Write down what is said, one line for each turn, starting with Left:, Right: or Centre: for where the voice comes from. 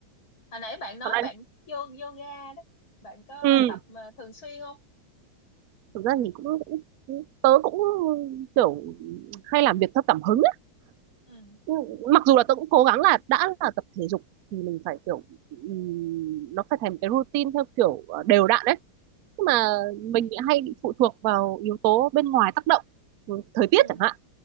Left: hồi nãy bạn nói
Right: còn anh
Left: bạn vô yoga đó bạn có
Right: ừ
Left: tập mà thường xuyên không
Right: thực ra thì cũng, cũng cũng- tớ cũng kiểu hay làm việc theo cảm hứng ấy.
Left: ừ
Right: Ừ, mặc dù là tớ cũng cố gắng là đã là tập thể dục thì mình phải kiểu ừm, nó phải thành một cái routine theo kiểu ờ, đều đặn đấy nhưng mà
Left: ừ
Right: mình lại hay bị phụ thuộc vào yếu tố bên ngoài tác động ừ, thời tiết
Left: ừ
Right: chẳng hạn